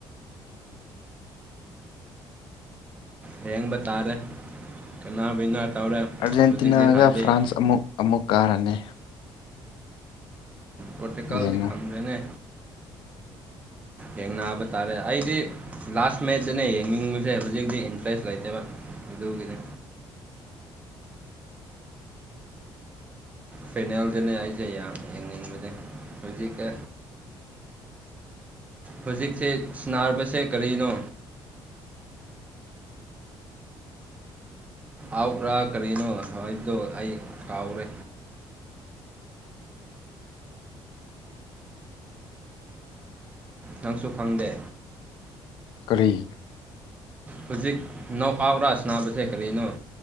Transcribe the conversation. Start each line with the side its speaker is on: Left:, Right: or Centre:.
Right: ꯍꯌꯦꯕ ꯇꯥꯔꯦ ꯀꯅꯥ ꯋꯤꯟꯅ ꯇꯧꯔꯦ
Left: ꯑꯥꯔꯖꯦꯟꯇꯤꯅꯥꯒ
Right: ꯍꯧꯖꯤꯛꯇꯤ ꯍꯥꯏꯕ
Left: ꯐ꯭ꯔꯥꯟꯁ
Right: ꯌꯥꯏ
Left: ꯑꯃꯨꯛ ꯑꯃꯨꯛ ꯀꯥꯔꯅꯤ
Right: ꯄꯣꯇꯤꯀꯥꯜꯗꯤ
Left: ꯌꯦꯡꯉꯨ
Right: ꯈꯪꯗ꯭ꯔꯦꯅꯦ ꯌꯦꯡꯅꯕ ꯇꯥꯔꯦ ꯑꯩꯗꯤ ꯂꯥꯁ ꯃꯦꯠꯆꯇꯅ ꯌꯦꯡꯅꯤꯡꯕꯁꯦ ꯍꯧꯖꯤꯛꯇꯤ ꯏꯟꯇꯔꯦꯁ ꯂꯩꯇꯦꯕ ꯑꯗꯨꯒꯤꯅꯤ ꯐꯦꯅꯦꯜꯗꯅ ꯑꯩꯁꯦ ꯌꯥꯝ ꯌꯦꯡꯅꯤꯡꯕꯅꯤ ꯍꯧꯖꯤꯛꯀ ꯍꯧꯖꯤꯛꯁꯦ ꯁꯅꯥꯔꯕꯁꯦ ꯀꯔꯤꯅꯣ ꯑꯥꯎ꯭ꯔꯥ ꯀꯔꯤꯅꯣ ꯍꯥꯏꯕꯗꯣ ꯑꯩ ꯀꯥꯎꯔꯦ ꯅꯪꯁꯨ ꯈꯪꯗꯦ
Left: ꯀꯔꯤ
Right: ꯍꯧꯖꯤꯛ ꯅꯣꯀꯥꯎꯠꯔ ꯁꯥꯅꯥꯕꯖꯦ ꯀꯔꯤꯅꯣ